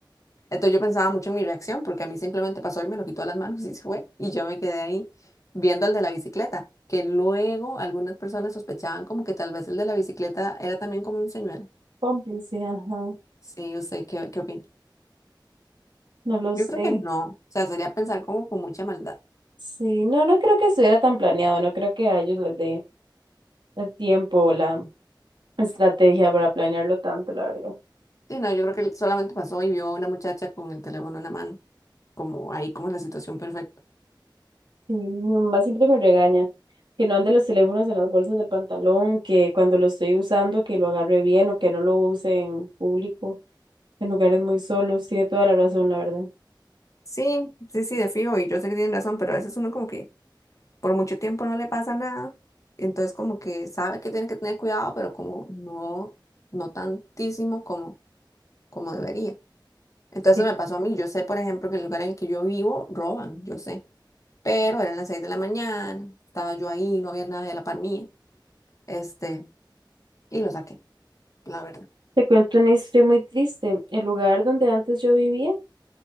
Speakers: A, on the left; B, on the right.
A: Entonces yo pensaba mucho en mi reacción, porque a mí simplemente pasó y me lo quitó de las manos y se fue. Y yo me quedé ahí viendo al de la bicicleta, que luego algunas personas sospechaban como que tal vez el de la bicicleta era también como un señuelo.
B: Cómplice, ajá.
A: Sí, ¿usted qué, qué opina?
B: No lo
A: Yo
B: sé.
A: creo que no. O sea, sería pensar como con mucha maldad.
B: Sí, no, no creo que estuviera tan planeado, no creo que a ellos les dé el tiempo o la estrategia para planearlo tanto, la verdad.
A: Sí, no, yo creo que él solamente pasó y vio a una muchacha con el teléfono en la mano, como ahí como la situación perfecta.
B: Sí, mi mamá siempre me regaña que no ande los teléfonos en las bolsas del pantalón, que cuando lo estoy usando, que lo agarre bien o que no lo use en público, en lugares muy solos. Tiene toda la razón, la verdad.
A: Sí, sí, sí, de fijo, y yo sé que tienen razón, pero a veces uno como que por mucho tiempo no le pasa nada, entonces como que sabe que tiene que tener cuidado, pero como no, no tantísimo como, como debería. Entonces
B: Sí.
A: eso me pasó a mí, yo sé, por ejemplo, que el lugar en el que yo vivo roban, yo sé, pero eran las 6 de la mañana, estaba yo ahí, no había nadie a la par mía, este, y lo saqué, la verdad.
B: Te cuento una historia muy triste. El lugar donde antes yo vivía